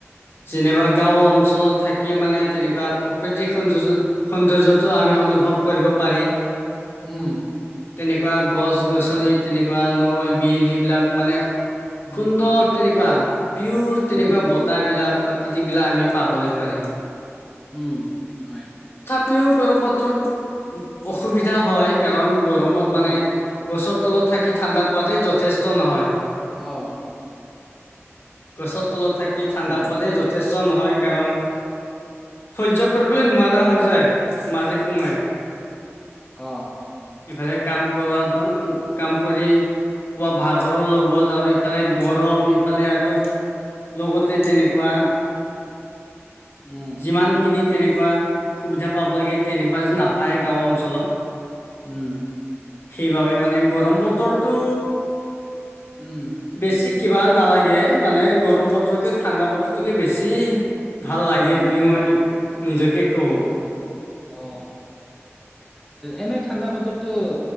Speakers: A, on the left (about 55°); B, in the centre.
A: যেনিবা গাঁও অঞ্চলত থাকিয়ে মানে তেনেকুৱা প্ৰকৃতিক সৌনজজন সৌন্দৰ্য্যটো আমি অনুভৱ কৰিব পাৰি।
B: উম।
A: একবাৰ গছ গছনি তেনেকুৱা নৈ বিল সেইবিলাক মানে খুন্দৰ
B: উম
A: তেনেকুৱা পিউৰ তেনেকুৱা
B: উম
A: বতা বিলাক প্ৰাকৃতিক বিলা আমি পাবলে পাৰি।
B: উম হয়।
A: পিও গৰম বতৰত অসুবিধা হয় কাৰণ গৰমত
B: উম
A: মানে গছত তলত থাকি ঠাণ্ডা পোৱাতেই যথেষ্ট নহয়।
B: অ'।
A: গছৰ তলত থাকি ঠাণ্ডা
B: হয়
A: পোৱতেই যথেষ্ট নহয় কাৰণ সয্য কৰিবলৈ নোৱাৰা হৈ যায় মাজে সময়ে।
B: অ
A: ইফালে কাম কৰোব কাম কৰি। পুৱা ভাগৰৰ লগত আৰু ইফালে গৰম ইফালে আৰু লগতে তেনেক কোৱা
B: উম
A: যিমানখিনি তেনেকুৱা সুবিধা পাব লাগে তেনেকুৱা
B: হয়
A: যে নাপায় গাঁও অঞ্চলত।
B: উম।
A: সেইবাবে মানে গৰম বতৰটো
B: উম।
A: বেছি কিবা নালাগে মানে গৰম বতৰকৈ ঠাণ্ডা বতৰটোকে বেছি ভাল লাগে
B: উম
A: বুলি মই নিজকে
B: উম
A: কওঁ।
B: উম অ। এনেই ঠাণ্ডা বতৰতটো